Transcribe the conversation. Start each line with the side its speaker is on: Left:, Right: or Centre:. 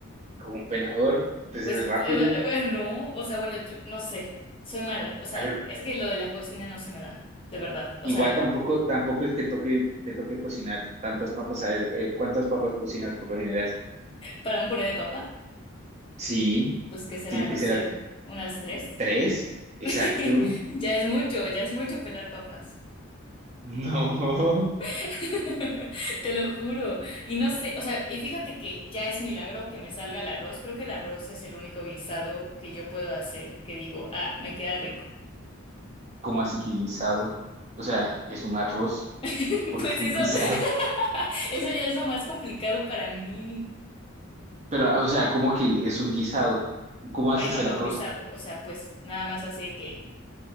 Right: Con un pelador, pues
Left: Pues,
Right: es
Left: eh,
Right: rápido.
Left: eh, bueno, no. O sea, bueno, yo no sé. Soy mala. O sea,
Right: A ver,
Left: es que lo de la cocina no se me da, de verdad. O
Right: igual
Left: sea,
Right: tampoco, tampoco es que toque, te toque cocinar tantas papas. A ver, eh, ¿cuántas papas cocinas por lo general?
Left: para un puré de papa.
Right: Sí,
Left: pues qué será,
Right: tienen
Left: no
Right: que ser
Left: sé, unas tres.
Right: tres, exacto.
Left: <laughs> Ya es mucho, ya es mucho pelar papas.
Right: No.
Left: <laughs> Te lo juro. Y no sé, o sea, y fíjate que ya es milagro que me salga el arroz. Creo que el arroz es el único guisado que yo puedo hacer que digo, ah, me queda rico.
Right: <laughs> ¿Cómo así que guisado? O sea, es un arroz,
Left: <laughs>
Right: ¿por
Left: Pues
Right: qué
Left: eso,
Right: un guisado?
Left: <laughs> eso ya es lo más complicado para mí.
Right: Pero, o sea, ¿cómo que es un guisado? ¿Cómo
Left: Bueno,
Right: haces el
Left: no
Right: arroz?
Left: guisado, o sea, pues nada más así de que